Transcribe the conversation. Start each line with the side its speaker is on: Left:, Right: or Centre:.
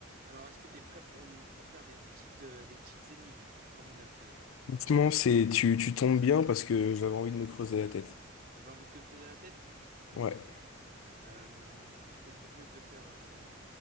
Right: Alors, est-ce que t'es prêt pour, nous- pour faire des petites, euh, des petites énigmes, comme on aime faire?
Left: Franchement, c'est tu, tu tombes bien parce que j'avais envie de me creuser la tête.
Right: T'avais envie de te creuser la tête?
Left: Ouais.
Right: Euh, je te propose de faire... euh,